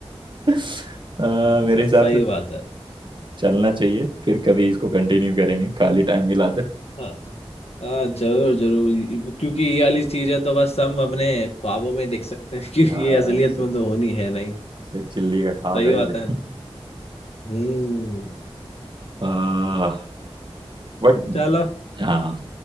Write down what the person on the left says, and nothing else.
हाँ,
सही
बात है
हाँ हाँ जरूर जरूर ये- क्योंकि ये वाली चीजें तो बस हम अपने ख्वाबों में देख सकते हैं <laughs> क्योंकि
ये असलियत
में तो होनी है नहीं
सही
बात
है ना हम्म
चलो